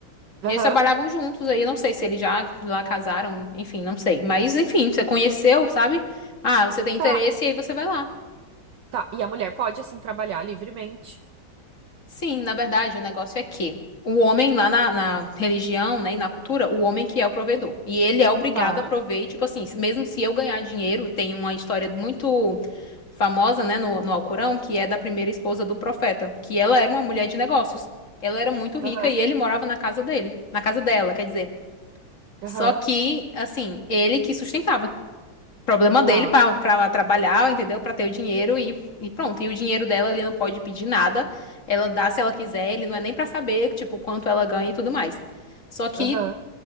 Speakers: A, on the right; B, on the left.
A: Aham,
B: E eles trabalhavam juntos, aí eu não sei se eles já lá casaram, enfim, não sei. Mas, enfim, você conheceu, sabe? Ah, você tem interesse
A: tá,
B: e aí você vai lá.
A: tá. E a mulher pode, assim, trabalhar livremente.
B: Sim, na verdade, o negócio é que o homem lá na, na religião, né, e na cultura, o homem que é o provedor. E ele é obrigado
A: Tá.
B: a prover, e, tipo assim, se- mesmo se eu ganhar dinheiro, tem uma história muito famosa, né, no, no Alcorão, que é da primeira esposa do profeta, que ela era uma mulher de negócios. Ela era muito rica
A: Aham,
B: e ele morava na casa dele, na casa dela, quer dizer.
A: aham,
B: Só que, assim, ele que sustentava. Problema
A: tá.
B: dele pra, pra trabalhar, entendeu? Pra ter o dinheiro e, e pronto. E o dinheiro dela, ele não pode pedir nada. Ela dá se ela quiser, ele não é nem pra saber, tipo, quanto ela ganha e tudo mais. Só que
A: Aham.